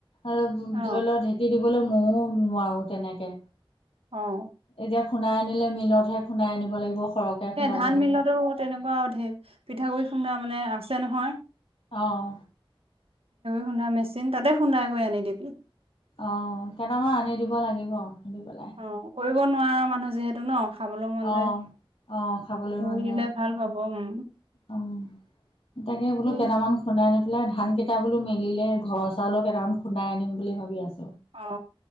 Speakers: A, on the left; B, on the right.
A: আৰু
B: অ
A: ধৰি লওক ঢেঁকী দিবলৈ মইও নোৱাৰো তেনেকে।
B: অ
A: এতিয়া খুন্দাই আনিলে মিলতহে খুনাই আনিব লাগিব? সৰহকে খুন্দাব
B: এ ধান
A: হলে
B: মিলতো তেনেকুৱা ধঢেৰ পিঠাগুৰি খুন্দা মানে আছে নহয়।
A: আহ!
B: শুনা মেচিন তাতে খুন্দাই কৈ আনি দিম।
A: আহ কেইটামান আনি দিব লাগিব খুধি পেলাই?
B: অ কৰিব নোৱাৰা মানুহ যিহেতু ন খাবলৈ মন
A: অ',
B: যায়
A: অ', খাবলৈ মন
B: কৰি
A: যায়।
B: দিলে ভাল পাব। ব উম।
A: অ', তাকে বোলো
B: কি
A: কেইটামান খুন্দাই আনিম। এইফালে ধানকেইটা বোলো মেলিলে ঘৰৰ চাউলো কেইটামান খুন্দাই আনিম বুলি ভাবি আছোঁ।
B: অ